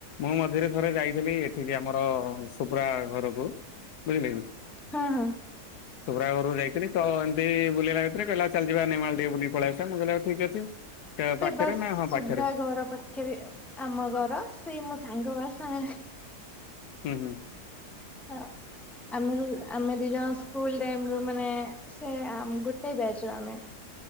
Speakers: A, on the left (about 75°); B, in the centre.
A: ମୁଁ ମଝିରେ ଥରେ ଯାଇଥିଲି ଏଠିକି ଆମର ଓ ଶୁଭ୍ରା ଘରକୁ ବୁଝିଲେ କି
B: ହଁ ହଁ
A: ସୁୁ୍ଭ୍ରା ଘରକୁ ଯାଇଥିଲି ତ ଏମିତି ବୁଲିଲା ଭିତରେ କହିଲା ଚାଲିଯିବା ନେମାଳ ଟିକେ ବୁଲିକି ପଳେଇ ଆସିବା ମୁ କହିଲି ହଉ ଠିକ ଅଛି।
B: ସେ
A: ପାଖରେ
B: ବସ୍
A: ନା ହଁ
B: ଶୁଭ୍ରା
A: ପାଖରେ
B: ଘର ପା ଖରେ ଆମ ଘର ସିଏ ମୋ ସାଙ୍ଗ ବା ସା
A: ହୁଁ ହୁଁ।
B: ହଁ। ଆମର ଆମେ ଦିଜଣ ସ୍କୁଲ ଟାଇମରୁ ମାନେ ସେ ଆମ ଗୋଟେ ବ୍ୟାଚ ରୁ ଆମେ।